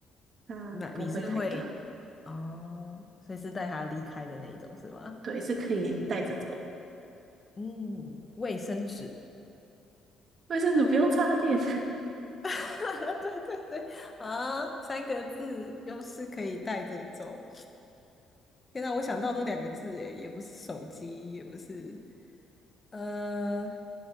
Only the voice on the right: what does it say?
它不会太大，
对，是可以带着走的。
卫生纸不用插电，